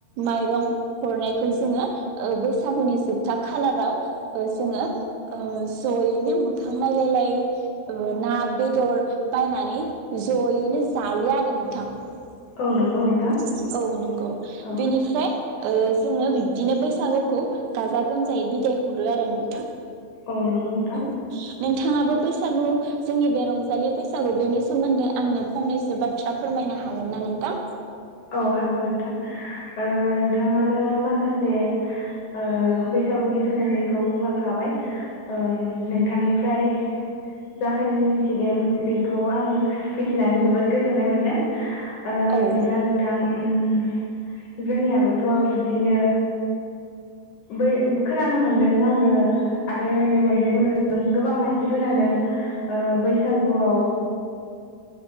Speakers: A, on the right; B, on the left.
A: माइरं हरनायखौ जोङो ओ बैसागुनि जोबथा खालाराव ओ जोङो ओ जयैनो मोखां नायलायलाय ओ ना, बेदर बायनानै जयैनो जायो आरो नोंथां।
B: औ नंगौ
A: औ
B: नोंथां
A: नोंगौ
B: औ
A: बेनिफ्राय ओ जोङो बिब्दिनो बैसागुखौ गाजा गोमजायै बिदाय हरो आरो नोंथां।
B: औ नोंगौ नोंथां
A: औ नोंथाङाबो बैसागु जोंनि बे रंजालि बैसागु बेनि सोमोन्दै आंनो फंनैसो बाथ्रा फोरमायनो हागोन ना नोंथां।
B: औ हागोन नोंथां। ओ नोंथाङानो मा खासे ओ बैसागुनि सोमोन्दैखौ बुंलांखाबाय ओ नोंथांनिफ्राय जाखायनो मिथिदों बेखौ आं मिथिनानै जोबोद गोजोननाय मोनदों। ओ
A: औ
B: बिदिब्ला नों ओ ओम जोंनियाबोथ' बिब्दिनो बै खोनानो मोन्दों आङो आरो मेगनजोंबो नुदों गोबां मानसिफोरानो ओ बैसागुआव